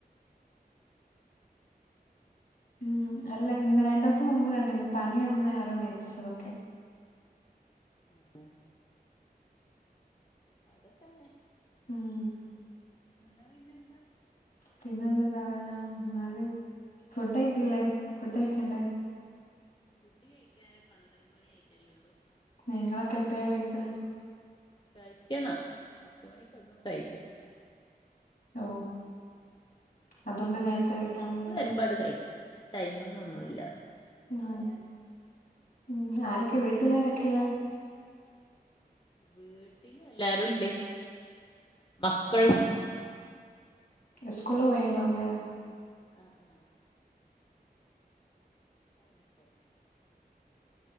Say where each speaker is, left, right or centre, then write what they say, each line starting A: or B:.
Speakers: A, on the left; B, on the left.
A: ഉം അല്ല ഇന്ന് രണ്ടു ദിവസം മുമ്പ് കണ്ടു ഇന്ന് പനി അന്ന് ആരോ മരിച്ച ക്കെ
B: ഉ അതൊക്കന്നെ
A: ഉം
B: എന്ന പിന്നെ എന്താ
A: പിന്നെന്തണ്ടാവാന എന്നാല് ഫുഡ്ക്കല്ലേ ഫുഡ കഴിക്കണ്ടേ
B: ഫുഡ്‌ കഴിക്കൻ പന്ത്രണ്ട് മണി ആയിട്ടല്ലേള്ളൂ
A: നിങ്ങളൊക്കെ എപ്പഴാ കഴിക്കല്
B: കഴിക്കണ പത്ത മണിക്കൊന്നും കഴിച്ചിട്ടൊന്നുമില്ല
A: ഓ അതുകൊണ്ട്
B: വിശപ്പ്
A: നേരത്തെ കഴിക്കാൻ
B: വരുമ്പോഎടുത്തു
A: മതിയല്ലോ
B: കഴിക്കും ഇന്ന ടൈമ്ന്നൊന്നുല്ല
A: മ്
B: ആയാല്
A: മ് ആരക്കെ വീട്ടിൽ ആരൊക്കെയുളേള
B: വീട്ടില് എല്ലാരുണ്ട് മക്കൾസ്
A: സ്കൂളിൽ പോയിണ്ടാവൂലെ
B: ആഹ ആഹ അതന്നെ